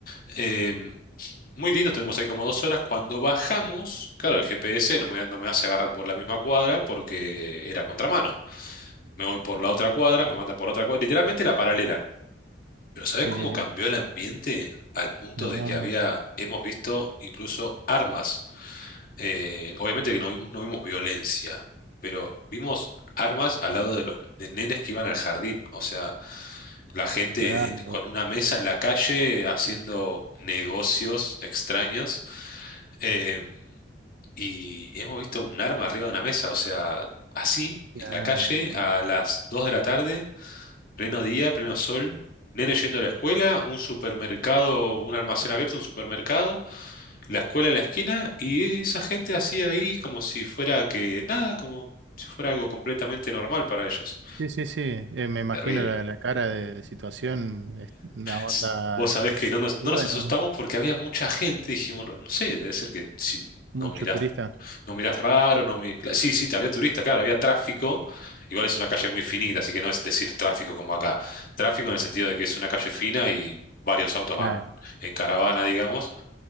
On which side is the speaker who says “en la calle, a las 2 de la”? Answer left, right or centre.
Left